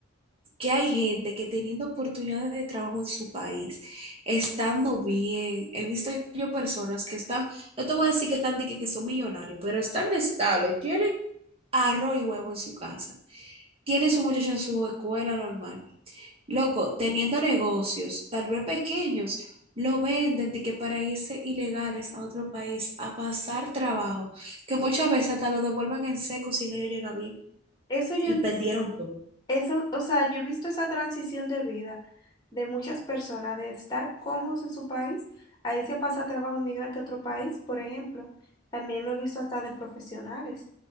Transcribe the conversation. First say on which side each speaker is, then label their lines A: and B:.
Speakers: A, on the right (about 30°); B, on the left (about 20°).
A: que hay gente que teniendo oportunidades de trabajo en su país, estando bien, he visto yo personas que están, no te voy a decir que están de que, que son millonarios, pero están estables, tienen arroz y huevo en su casa, tienen su muchacho en su escuela normal. Loco, teniendo negocios, tal vez pequeños, lo venden de que para irse ilegales a otro país a pasar trabajo, que muchas veces hasta lo devuelven en seco si ellos llegan bien
B: Eso yo
A: y perdieron todo.
B: Eso, o sea, yo he visto esa transición de vida de muchas personas, de estar cómodos en su país, ahí se pasa a trabajo inmigrante a otro país, por ejemplo. También lo he visto hasta de profesionales